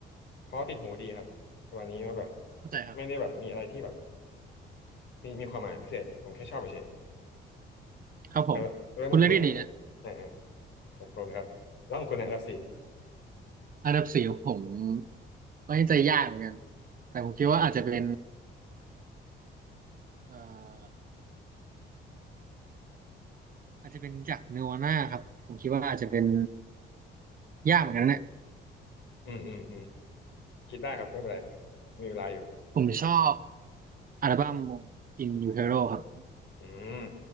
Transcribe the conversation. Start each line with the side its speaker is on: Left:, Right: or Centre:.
Left: เพราะติดหูดีครับประมาณนี้ว่าแบบ
Right: เข้าใจครับ
Left: ไม่ได้แบบมีอะไรที่แบบมีมีความหมายพิเศษผมแค่ชอบเฉยๆแล้วแล้วมุมคุณนะครับ
Right: ครับผมคุณเลือกทีดีนะ
Left: อ่าอ่าของคุณครับแล้วของคุณนะครับสี่
Right: อันดับสี่ของผมก็ยังใจยากเหมือนกันแต่ผมคิดว่าอาจจะเป็นเอ่ออาจจะเป็นจากเนวาน่าครับผมคิดว่าอาจจะเป็นยากเหมือนกันนะเนี่ย
Left: อืมอืมอืมคิดได้ครับไม่เป็นไรมีเวลาอยู่
Right: ผมชอบอัลบั้ม In Utero ครับ
Left: อืม